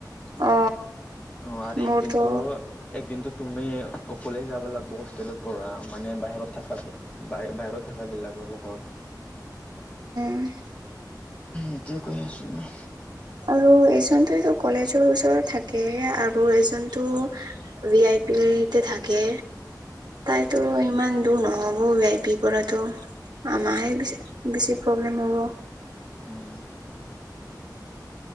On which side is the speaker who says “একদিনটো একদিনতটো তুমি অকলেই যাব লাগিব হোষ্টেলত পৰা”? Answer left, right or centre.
Left